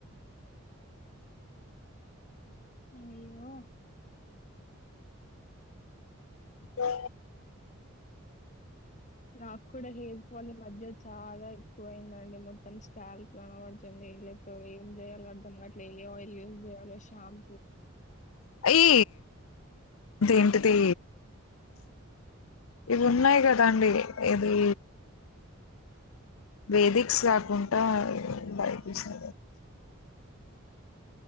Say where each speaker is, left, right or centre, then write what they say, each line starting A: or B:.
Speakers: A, on the left; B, on the left.
A: అయ్యాయో
B: ఓ
A: నాకు కూడా హెయిర్ ఫాల్ ఏమ మధ్య చాలా ఎక్కువ అయిందండి మొత్తం స్కాల్ కనబడుతుంది లైక్ సో ఏం చేయాలో అర్ధం గట్లే ఏ ఆయిల్ యూస్్ చేయలో ష్యామ్
B: ఈ ఇదేంటిది ఇవి ఉన్నాయి కదాండి ఏది వేదిక్స్ కాకుండా బయసిన